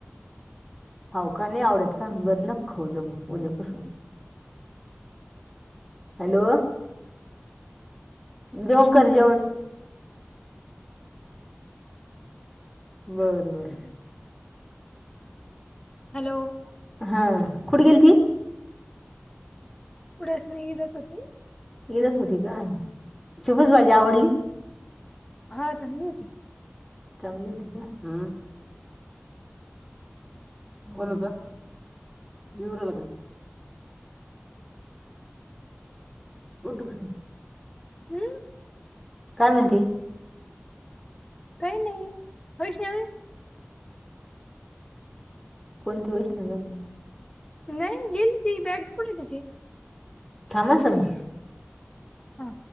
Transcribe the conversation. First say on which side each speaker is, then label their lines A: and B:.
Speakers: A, in the centre; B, on the left.
A: हो का, नाही आवडत का? बर नको खात जाऊ मग उद्यापासून. हॅलो. जेवण कर जेवण. बर बर.
B: हॅलो.
A: हा कुठं गेलती?
B: कुठेच नाही इथंच होती.
A: इथंच होती का‌. शेपूची भाजी आवडली?
B: हा चांगली होती
A: चांगली होती का? हम्म. कोण होत युवराला काय. <unintelligible>
B: हम्म.
A: काय म्हणती.
B: काही नाही वैष्णवी.
A: कोणती वैष्णवी आली.
B: नाही गेली ती बॅग कुठेये तिची
A: थांब हा समी.
B: हा